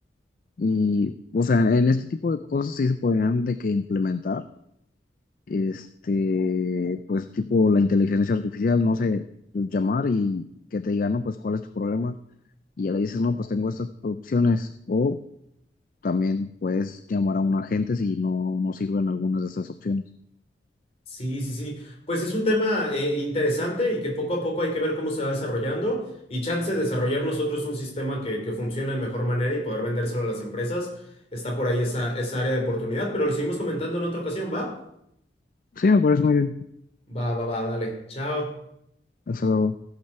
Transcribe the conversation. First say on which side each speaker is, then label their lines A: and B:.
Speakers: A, on the left; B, on the left.
A: Y, o sea, en este tipo de cosas sí se podrían de que implementar, este, pues tipo la inteligencia artificial, no sé, pues, llamar y que te diga, no, pues cuál es tu problema. Y ya le dices, no, pues tengo estas opciones. O también puedes llamar a un agente si no, no sirven algunas de estas opciones.
B: Sí, sí, sí. Pues es un tema eh, interesante y que poco a poco hay que ver cómo se va desarrollando y chance de desarrollar nosotros un sistema que, que funcione de mejor manera y poder vendérselo a las empresas. Está por ahí esa, esa área de oportunidad, pero lo seguimos comentando en otra ocasión, ¿va?
A: Sí, me parece muy bien.
B: Va, va, va, dale. Chao.
A: Hasta luego.